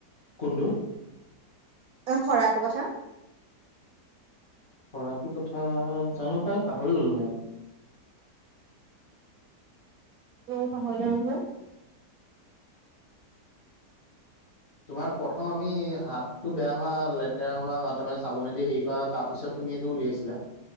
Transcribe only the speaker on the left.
কোনটো?
শৰাটো কথা জানো পাই পাহৰি গলো মই।
তোমাৰ প্ৰথম আমি হাতটো বেয়া হোৱা লেতেৰা হোৱা তোমাৰ চাবোনেদি হেৰি কৰা তাৰ পিছত তুমি এইটো উলিয়াইছিলা।